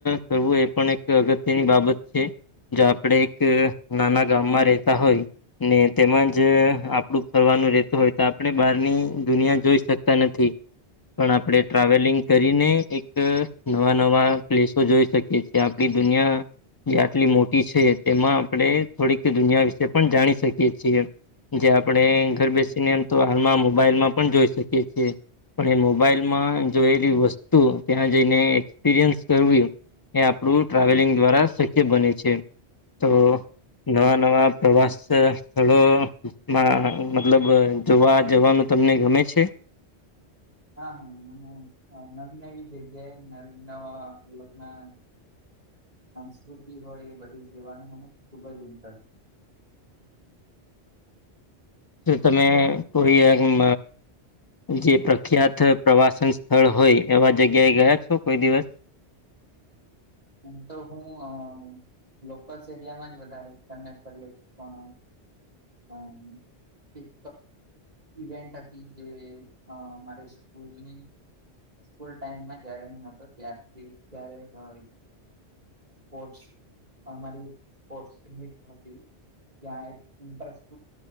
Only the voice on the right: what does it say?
હા હા મને નવી નવી જગ્યાએ નવી નવા લોકના સંસ્કૃતિ હોય એ બધું જેવાનો મને ખુબ જ ઇન્ટરેસ્ટ
એ તો હું અ લોકલ્સ એરિયામાં જ વધારેને <unintelligible> એક ઈવેન્ટ હતી જે મારે અ સ્કૂલની સ્કૂલ ટાઈમમાં જયારે ન હતો ત્યારથી જ ત્યારે સ્પોર્ટ અમારી સ્પોર્ટ્સ નિટ હતી. ત્યાં એક <unintelligible>